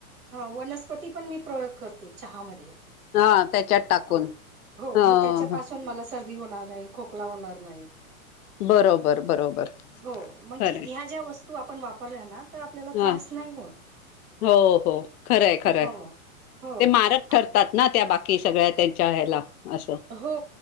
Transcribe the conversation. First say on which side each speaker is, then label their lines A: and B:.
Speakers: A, on the right; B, on the left.
A: ह वनस्पती पण मी प्रयोग करते. चहामध्ये
B: हां. त्याच्यात टाकून.
A: हो हो
B: हां, हां.
A: मग त्याच्या पाासून मला सर्दी होणार नाही. खोकला होणार नाही.
B: बरोबर बरोबर
A: हो म्हणजे
B: खरंय
A: ह्या ज्या वस्तू आपण वापरल्या ना तर आपल्याला
B: हा
A: त्रास नाही होत
B: हो हो खरंय खरंय,
A: हो हो
B: ते मारक
A: आत-
B: ठरतात ना. त्या बाकी सगळ्या त्यांच्या ह्याला असं
A: हो